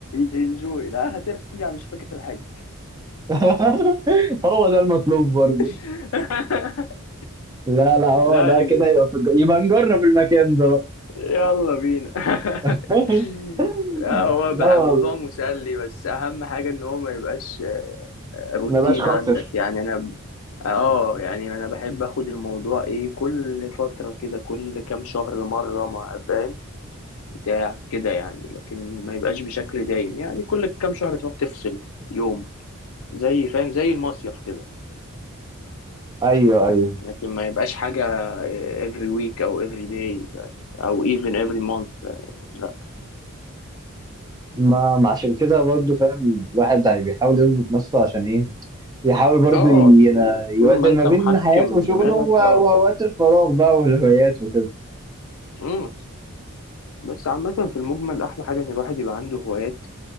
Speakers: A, on the left; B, on the right.
A: ينجوي لا هترجع مش فاكر حاجه
B: <laughs> هو ده المطلوب برضه
A: <laughs>
B: لا لا هو
A: لا
B: ده
A: ال...
B: كده يبقى في الج- يبقى نجرب المكان ده بقى
A: يلا بينا <laughs>
B: <laughs>
A: لا هو
B: لا
A: بقى
B: والله،
A: موضوع مسلي بس اهم حاجه ان هو ما يبقاش روتين
B: ما بقاش خاطر
A: عندك يعني انا ب- اه يعني انا بحب اخد الموضوع ايه كل فترة كده كل كام شهر مرة ما فاهم بتاع كده يعني لكن ما يبقاش بشكل دايم يعني كل كام شهر تروح تفصل يوم زي فاهم زي المصيف كده
B: ايوه ايوه
A: لكن ما يبقاش حاجة آه، every week او every day او even every month لا
B: ما ما عشان كده برضه فاهم الواحد هي بيحاول يظبط نفسه عشان ايه يحاول برضه
A: اه
B: ي-
A: طول
B: يوازن
A: ما انت
B: ما بين
A: محكم
B: حياته وشغله
A: دماغك
B: و- واوقات
A: اه
B: الفراغ بقى والهوايات وكده
A: امم بس عامة في المجمل أحلى حاجة إن الواحد يبقى عنده هوايات